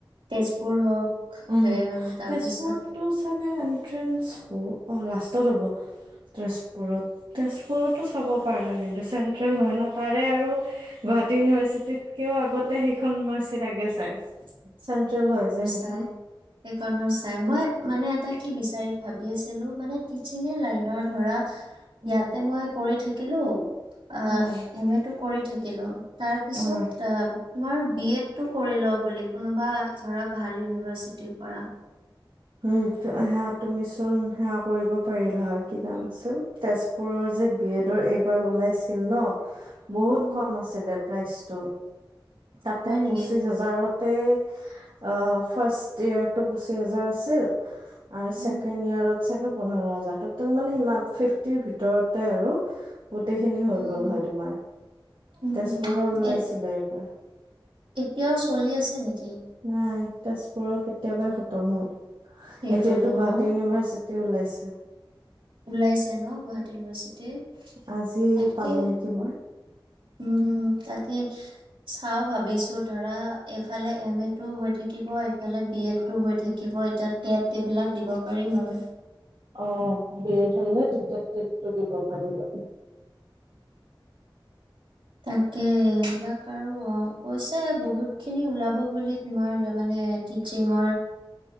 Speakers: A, on the right; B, on the right.
A: তেজপুৰ হওক
B: উম
A: এ তাৰপিছত
B: তেজপুৰটো চাগে এনট্ৰেন্ অ লাষ্টত হ'ব তেজপুৰত তেজপুৰতো চাব পাৰা কিন্তু চেন্ট্ৰেল হয় না তাৰে আৰু গুৱাহাটী ইউনিভাৰ্চিটিতকেও আগতে সেইখন মাৰ্চি তাকে চাই চেন্ট্ৰেল হয় যে স
A: সেইকাৰণৰ চাই মই মানে এ কি বিচাৰি ভাবি আছিলো মানে টিচিঙৰ লাইনৰ ধৰা
B: উম।
A: ইয়াতে মই কৰি থাকি kilo O
B: um,
A: M A তটো কৰি থাকিলোঁ তাৰ পিছত
B: উম।
A: অহ তোমাৰ বি এড তটো কৰি ল বুলি কোনোবা ধৰা ভাল ইউনিভাৰ্চিটিৰ পৰা
B: উম সেয়া তুমি চোন সেৱা কৰিব পাৰিলা হয় কি নাম আছে তেজপুৰৰ যে বিয়ডৰ এইবাৰ ওলাইছিল ন বহুত
A: উম
B: কম আছিলে প্ৰাইচ ত তাতে
A: হয় নেকি
B: পঁচিশ হাজাৰতে অ ফাৰ্ষ্ট ইয়াৰ টো ব জাৰ আছিল আৰু
A: উম
B: ছেকেণ্ড ইয়াৰত চাগে পোন্ধৰ হাজৰ টটেল মানে ফিফটিৰ ভিতৰতে আৰু গোটেইখিনি হৈ
A: উম
B: গ'ল হয়, তোমাৰ
A: উম
B: তেজপুৰৰ ওলাইছিলে
A: এইটো
B: এইবাৰ
A: এতিয়াও চলি আছে নেকি?
B: নাই তেজপুৰৰ কেতিয়াবাই তম
A: শেষ
B: এতিয়াতো
A: হৈ গ'ল
B: গুৱাহাটী
A: ন
B: ইউনিভাৰ্চিটি ওলাইছে । আঠা
A: ওলাইছে ন গুৱাহাটী ইউনিভাৰ্চিটিৰ
B: আজি
A: তাকে
B: পালো নেকি মই
A: উম তাকে চাও ভাবিছোঁ । ধৰা এফালে এম এটো থাকিব ইফালে বি এডটো হৈ থাকিব এতিয়া টেট এইবিলাক দিব পাৰিম আৰু
B: অ বি এড হলে তেতিয়া টেট টো দিব পাৰিবা
A: তাকে এইবিলাক আৰু অ কৈছে বহুত খিনি ওলাব । তু বুলি মানে টিচিং